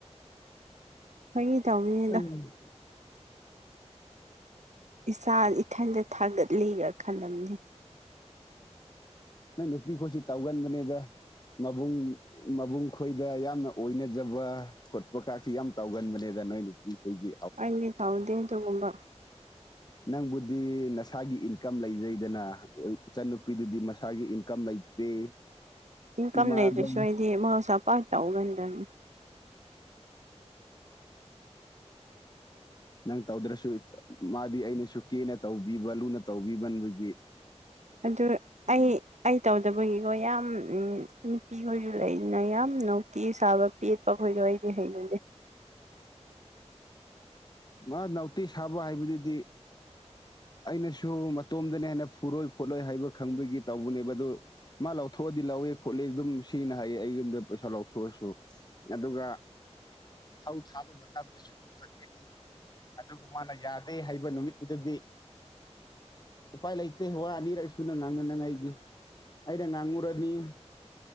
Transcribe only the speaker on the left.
ꯎꯝ
ꯅꯪ ꯅꯨꯄꯤꯈꯠꯁꯤ ꯇꯧꯒꯟꯕꯅꯦꯗ ꯃꯕꯨꯡ ꯃꯕꯨꯡ ꯈꯣꯏꯗ ꯌꯥꯝꯅ ꯑꯣꯏꯅꯖꯕ ꯈꯣꯠꯄ ꯀꯥꯁꯤ ꯌꯥꯝ ꯇꯧꯒꯟꯕꯅꯦꯗ ꯅꯣꯏ ꯅꯨꯄꯤꯈꯣꯏꯒꯤ
ꯅꯪꯕꯨꯗꯤ ꯅꯁꯥꯒꯤ ꯏꯟꯀꯝ ꯂꯩꯖꯩꯗꯅ ꯏꯆꯟꯅꯨꯄꯤꯗꯨꯗꯤ ꯃꯁꯥꯒꯤ ꯀꯝ ꯂꯩꯇꯦ
ꯏꯃꯥꯗ
ꯅꯪ ꯇꯧꯗ꯭ꯔꯁꯨ ꯃꯥꯗꯤ ꯑꯩꯅꯁꯨ ꯀꯦꯅ ꯇꯧꯕꯤꯕ ꯂꯨꯅ ꯇꯧꯕꯤꯕꯕꯒꯤ
ꯃꯥ ꯅꯥꯎꯇꯤ ꯁꯥꯕ ꯍꯥꯏꯕꯗꯨꯗꯤ ꯑꯩꯅꯁꯨ ꯃꯇꯣꯝꯗꯅ ꯍꯦꯟꯅ ꯐꯨꯔꯣꯏ ꯈꯣꯠꯂꯣꯏ ꯍꯥꯏꯕ ꯈꯪꯕꯒꯤ ꯇꯧꯕꯅꯦꯕ ꯑꯗꯨ ꯃꯥ ꯂꯧꯊꯣꯛꯑꯗꯤ ꯂꯧꯋꯦ ꯈꯣꯠꯂꯦ ꯑꯗꯨꯝ ꯁꯤꯦꯡꯅ ꯍꯥꯏꯌꯦ ꯑꯩ ꯌꯨꯝꯗ ꯄꯩꯁꯥ ꯂꯧꯊꯣꯛꯑꯁꯨ ꯑꯗꯨꯒ ꯁꯧ ꯊꯥꯕ ꯃꯇꯝꯗꯁꯨ ꯑꯗꯨꯝ ꯆꯠꯀꯅꯤ ꯑꯗꯨꯒ ꯃꯥꯅ ꯌꯥꯗꯦ ꯍꯥꯏꯕ ꯅꯨꯃꯤꯠꯇꯨꯗꯗꯤ ꯎꯄꯥꯏ ꯂꯩꯇꯦ ꯋꯥ ꯑꯅꯤꯔ ꯁꯨꯅ ꯉꯥꯡꯅꯅꯤꯡꯉꯥꯏꯒꯤ ꯑꯩꯅ ꯉꯥꯡꯉꯨꯔꯅꯤ